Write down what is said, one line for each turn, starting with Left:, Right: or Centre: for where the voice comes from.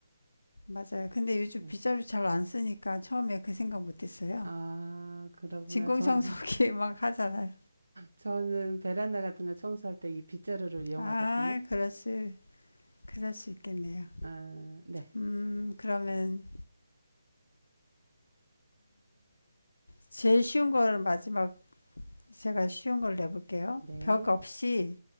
Left: 맞아요. 근데 요즘
Right: 네.
Left: 빗자루 잘 안 쓰니까 처음에 그 생각 못 했어요.
Right: 아, 그러구나.
Left: 진공청소기
Right: 저,
Left: <laughs> 막 하잖아요.
Right: 저는 베란다 같은 거 청소할 때 이 빗자루를 이용하거든요.
Left: 아, 그렇스. 그럴 수 있겠네요.
Right: 아, 네,
Left: 음, 그러면 제일 쉬운 걸 마지막 제가 쉬운 걸 내볼게요.
Right: 네.
Left: 벽 없이